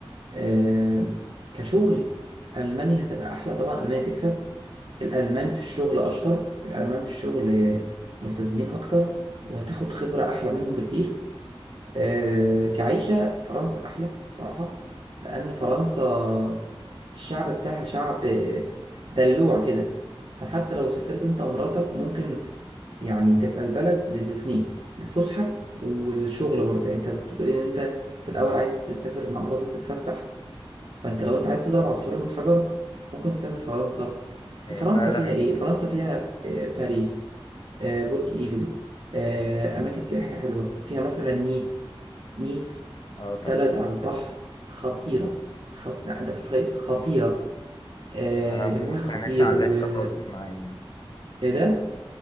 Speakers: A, on the right (about 60°); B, on the left (about 50°).
A: آه كشغل المانيا هتبقى احلى طبعا المانيا تكسب الالمان في الشغل اشطر الالمان في الشغل ملتزمين اكتر وهتاخد خبره احلى منهم بكتير آه، كعيشة فرنسا أحلى بصراحة لأن فرنسا الشعب بتاعها شعب دلوع كده فحتى لو سافرت أنت ومراتك ممكن يعني تبقى البلد للاتنين الفسحة والشغل برضه يعني أنت كنت بتقولي إن أنت في الأول عايز تسافر مع مراتك تتفسح فانت لو انت عايز تضرب عصفورين بحجر ممكن تسافر فرنسا بس
B: هي
A: فرنسا
B: فعلا
A: فيها ايه فرنسا فيها آه، باريس آه، برج ايفل آه، اماكن سياحية حلوة فيها مثلا نيس نيس
B: اه طبعا
A: بلد على البحر خطيرة خط... لا، انت مش متخيل خطيرة آه،
B: انا
A: جوها
B: ما كانتش
A: خطير
B: على
A: و
B: الليست
A: ايه
B: خالص معايا يعني
A: ده